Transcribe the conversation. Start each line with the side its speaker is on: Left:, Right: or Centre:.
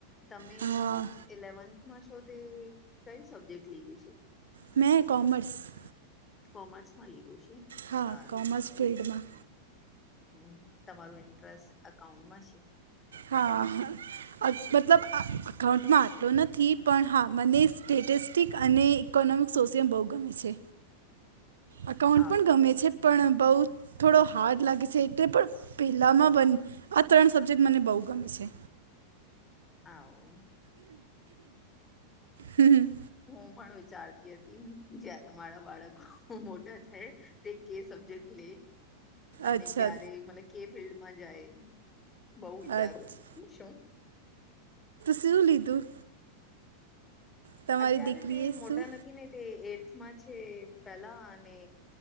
Left: તમે
Right: હા
Left: ઇલેવન્થમાં છો તે કયું સબ્જેક્ટ લીધું છે.
Right: મેં કોમર્સ
Left: કોમર્સમાં લીધું છે.
Right: હા
Left: સારું
Right: કોમર્સ ફિલ્ડમાં
Left: હમ તમારું ઇન્ટરેસ્ટ અકાઉન્ટમાં છે.
Right: હા હા મતલબ આ અકાઉન્ટમાં આટલો નથી હા મને સ્ટેટ્સ ટિકિટ અને ઇકોનોમિક્ સોસીયમ બહુ ગમે છે. અકાઉન્ટ
Left: આવો
Right: પણ ગમે છે પણ બઉુ થોડો હાર્ડ લાગે છે. એટલે પણ પહેલામાં બને આ ત્રણ સબ્જેક્ટ મને બહુ ગમે છે.
Left: હા હો
Right: હં
Left: હું પણ વિચારતી હતી જયારે મારા બાળકો મોટાં થાય તે કે સબ્જેક્ટ લે અને
Right: અચ્છા
Left: ક્યારે મલ કે ફિલ્ડમાં જાય. બઉ વિચારું
Right: અચ્છા
Left: હું શું
Right: શું લીધું. તમારી
Left: અત્યારે
Right: દીકરીએ
Left: તો એ મોટા
Right: શું
Left: નથી. ને તે એર્થમાં છે પેલા અને